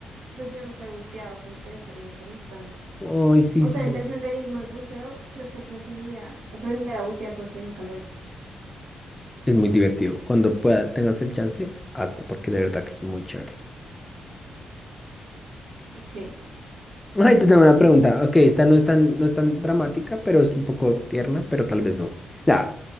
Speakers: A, on the right; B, on the left.
A: Pues yo nunca he buceado, supongo que debe ser muy interesante.
B: Ay, sí,
A: O
B: sí.
A: sea, entre senderismo y buceo, creo que preferiría aprender a bucear porque nunca lo he hecho.
B: Es muy divertido. Cuando pueda, tengas el chance, hazlo, porque de verdad que es muy chévere.
A: Ok,
B: Ay, te tengo una pregunta. Ok, esta no es tan, no es tan dramática, pero es un poco tierna, pero tal vez no. Ya,